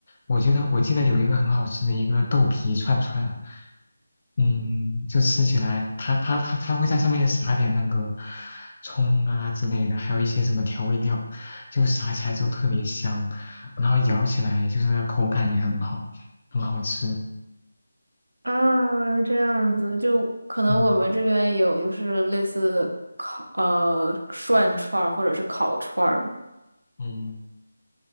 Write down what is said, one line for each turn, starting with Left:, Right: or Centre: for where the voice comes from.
Left: 我觉得我记得有一个很好吃的一个豆皮串串，嗯，就吃起来，它它它它会在上面撒点那个葱啊之类的，还有一些什么调味料，就撒起来之后特别香，然后咬起来就是口感也很好，很好吃。
Right: 啊，这样子就可能我们这边有就是类似烤呃涮串儿或者是烤串儿嘛。
Left: 嗯嗯